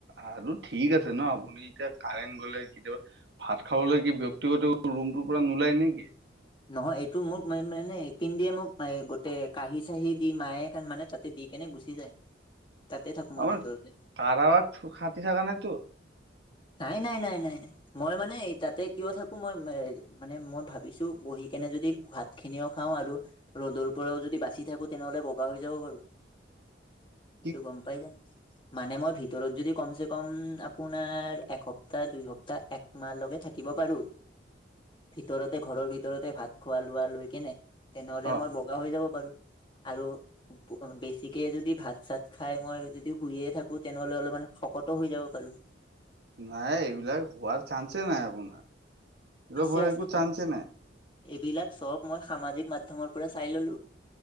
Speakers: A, on the right; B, on the left.
A: আৰু ঠিক আছে ন আপুনি এতিয়া কাৰেণ্ট গ'লে কেতিয়াবা ভাত খাবলৈ কি ব্যক্তিগত ৰুমটোৰ পৰা নোলাই নে কি?
B: নহয়, এইটো মোক মানে -মানে এ কিনদিয়ে মোক, গোটে কাঁহী- চাঁহী দি মায়ে মানে তাত দি কেনে গুচি যায়। তাতে থাকো মই
A: আমাৰ
B: ভিতৰতে
A: তাৰাত খাতি থাকা নাইতো।
B: নাই-নাই-নাই-নাই-নাই মই মানে তাতে কিয় থাকো মই মানে মই ভাবিছো বহি কেনে যদি ভাত খিনিও খাওঁ আৰু ৰ'দৰ পৰাও যদি বাচি থাকো তেনেহ'লে বগা হৈ যাব পাৰো।
A: <inaudible>
B: এইটো গ'ম পাই যায়। মানে মই ভিতৰত যদি কমচে কম আপোনাৰ এসপ্তাহ দুই সপ্তাহ একমাহলৈকে থাকিব পাৰো
A: <inaudible>
B: ভিতৰতে ঘৰৰ ভিত ভিতৰতে ভাত খোৱা-লোৱা লৈ কেনে তেনেহ'লে
A: অ
B: মই বগা হৈ যাব পাৰো। আৰু বেছিকে যদি ভাত চাত খাই মই যদি শুইয়ে থাকো তেনেহ'লে অলপমান শকতো হৈ যাব পাৰো।
A: নাই এইবিলাক হোৱাৰ চান্সে নাই আপোনাৰ, এইবিলাক
B: আছে
A: হোৱাৰ
B: আছে
A: একো
B: চান্স
A: চান্সে
B: আছে
A: নাই।
B: এইবিলাক সব মই সামাজিক মাধ্যমৰ পৰা চাই ল'লো।